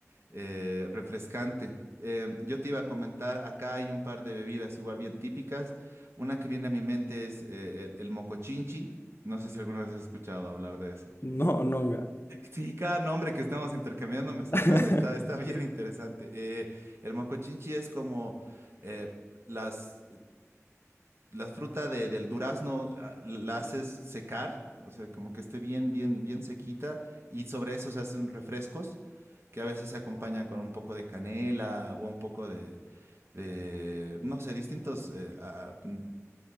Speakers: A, on the right (about 50°); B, on the left (about 45°).
A: eh, refrescante. Em, yo te iba a comentar, acá hay un par de bebidas igual bien típicas. Una que viene a mi mente es eh, el, el mocochinchi. No sé si alguna vez has escuchado hablar de eso.
B: No, nunca.
A: Sí, cada nombre que estamos intercambiando me sorprende,
B: <laughs>
A: está, está <laughs> bien interesante. Eh, el mocochinchi es como eh, las, la fruta de- del durazno, ah, la haces secar, o sea, como que esté bien, bien, bien sequita, y sobre eso se hacen refrescos que a veces se acompañan con un poco de canela o un poco de, de, no sé, distintos eh, a- mm,